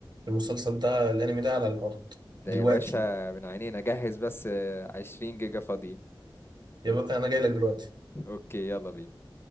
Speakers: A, on the right (about 55°); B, on the left (about 25°).
A: المسلسل ده الانمي ده على الهارد
B: ده
A: دلوقتي
B: يا باشا من عينينا جهز بس عشرين جيجا فاضيين
A: يا بقى انا جاي لك دلوقتي
B: اوكي يلا بينا